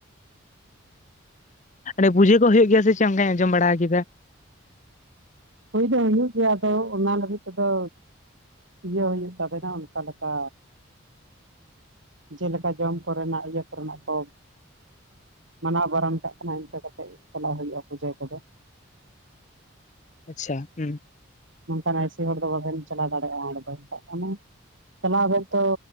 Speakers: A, on the left; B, on the right.
A: ᱚᱱᱰᱮ ᱯᱩᱡᱟᱹ ᱠᱚ ᱦᱩᱭᱩᱜ ᱜᱮᱭᱟ ᱥᱮ ᱪᱮᱫ ᱚᱱᱠᱟᱧ ᱟᱸᱡᱚᱢ ᱵᱟᱲᱟ ᱠᱮᱫᱟ?
B: ᱦᱩᱭ ᱫᱚ ᱦᱩᱭᱩᱜ ᱜᱮᱭᱟ ᱟᱫᱚ ᱚᱱᱟ ᱞᱟᱹᱜᱤᱫ ᱛᱮᱫᱚ ᱤᱭᱟᱹ ᱦᱩᱭᱩᱜ ᱛᱟᱵᱮᱱᱟ ᱚᱱᱠᱟ ᱞᱮᱠᱟ ᱡᱮᱞᱮᱠᱟ ᱡᱚᱢ ᱠᱚᱨᱮᱱᱟᱜ ᱤᱭᱟᱹ ᱠᱚᱨᱮᱱᱟᱜ ᱠᱚ ᱢᱟᱱᱟᱣ ᱵᱟᱨᱚᱱ ᱠᱟᱜ ᱠᱟᱱᱟ ᱤᱱᱠᱟᱹ ᱠᱟᱛᱮᱫ ᱪᱟᱞᱟᱣ ᱦᱩᱭᱩᱜ-ᱟ ᱯᱩᱡᱟᱹ ᱠᱚᱫᱚ᱾
A: ᱟᱪᱪᱷᱟ, ᱦᱩᱸ
B: ᱱᱚᱝᱠᱟᱱ ᱟᱹᱭᱥᱤ ᱦᱚᱲ ᱫᱚ ᱵᱟᱝ ᱵᱮᱱ ᱪᱟᱞᱟᱣ ᱫᱟᱲᱮᱭᱟᱜ-ᱟ ᱚᱸᱰᱮ ᱫᱚ <inaudible> ᱠᱟᱱᱟ ᱪᱟᱞᱟᱣ ᱟᱵᱮᱱ ᱛᱚ